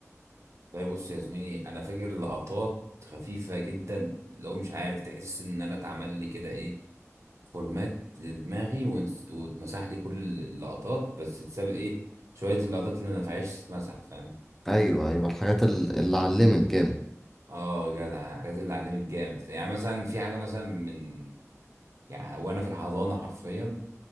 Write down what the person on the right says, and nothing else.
لا بص يا زميلي انا فاكر لقطات خفيفه جدا اللي هو مش عارف تحس ان انا اتعمل لي كده ايه فورمات لدماغي ونس- واتمسح لي كل ال- اللقطات بس اتساب ايه شويه اللقطات اللي ما نفعتش تتمسح فاهم
اه جدع الحاجات اللي علمت جامد ف- يعني مثلا في حاجه مثلا من يعني وانا في الحضانه حرفيا